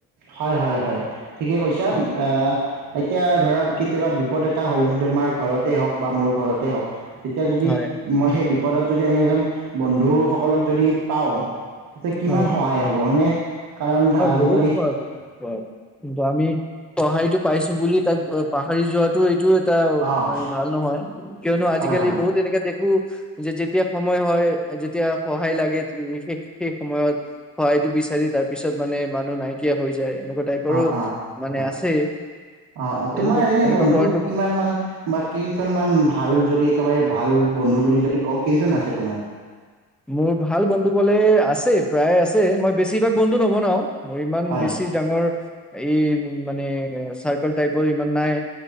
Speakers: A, on the right (about 60°); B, in the centre.
A: হয় হয় হয় ঠিকে কৈছা আহ।
B: হয়
A: এতিয়া ধৰা কেতিয়াবা বিপদ এটা হ'ল তোমাৰ ঘৰতে হওক বা মোৰ ঘৰতে হওক তেতিয়া যদি
B: হয়
A: মই সেই বিপদত যদি আমি এজন বন্ধু ধুসকলক যদি পাওঁ তেতিয়া কিমান
B: হয়
A: সহায় হব হয়নে? কাৰণ আজিকালি
B: বহুত খোৱা হয় কিন্তু আমি সহায়টো পাইছো বুলি তাক হাৰি যোৱাত এইটোও এটা
A: অঁ
B: ভাল নহয়। কিয়নো আজিকালি
A: হয় হয়
B: বহুত এনেকে যে যেতিয়া সময় হয়, যেতিয়া সহায় লাগে ল, সেই সেই সময়ত সহায়টো বিচাৰি তাক পিছত মানে মানুহ নাইকিয়া হৈ যায়। টাইপৰো
A: অ অ
B: মানে
A: হয়
B: আছে
A: অ অ তোমাৰ
B: এনেকুৱা
A: এনে
B: এনেকুৱা
A: বন্ধু
B: কৰাটো
A: কিমান মান বা কেইজনমান ভাল যদি একেবাৰে ভাল বন্ধু বুলি যদি কওঁ কেইজন আছে তোমাৰ?
B: মোৰ ভাল বন্ধু কলে আছে প্ৰায় আছে মই বেছিভাগ বন্ধু নবনাও মোৰ ইমান
A: হয়,
B: বেছি ডাঙৰ এই মানে চাৰ্কল টাইপৰ ইমান নাই।